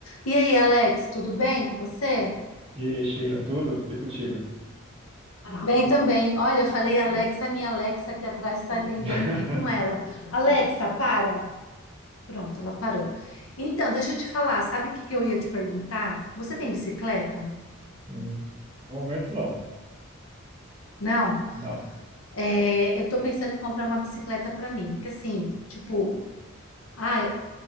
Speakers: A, on the left (about 70°); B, on the right (about 30°).
A: E aí, Alex, tudo bem com você?
B: E Sheila, tudo? E contigo?
A: Bem também. Olha, eu falei Alexa, a minha Alexa aqui atrás está entendendo
B: <laughs>
A: que é com ela. Alexa, para. Pronto, ela parou. Então, deixa eu te falar, sabe o que que eu ia te perguntar? Você tem bicicleta?
B: Hum, No momento, não.
A: Não?
B: Não.
A: É, eu tô pensando em comprar uma bicicleta para mim, porque assim, tipo, ah,